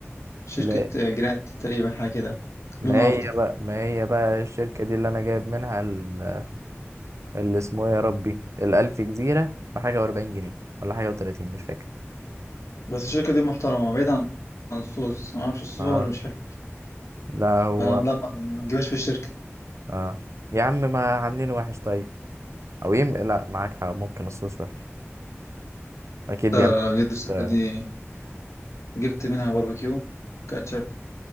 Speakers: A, on the left; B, on the right.
A: شركة
B: لا
A: آه، جراند تقريبا حاجة كده
B: ما
A: لونه
B: هي
A: أخضر
B: بقى ما هي بقى الشركة دي اللي أنا جايب منها ال- اللي اسمه إيه يا ربي الألف جزيرة بحاجة وأربعين جنيه ولا حاجة وتلاتين مش فاكر
A: بس الشركة دي محترمة بعيدا عن عن الصوص أنا معرفش الصوص
B: اه
A: هو اللي مش حلو
B: لا هو
A: فلا ما ما تجيبهاش في الشركة
B: اه يا عم ما عاملين وحش طيب أو يم لا معاك حق ممكن الصوص وحش أكيد
A: لا
B: بيعمل
A: لو جبت الشركة
B: اه
A: دي جبت منها باربيكيو كاتشب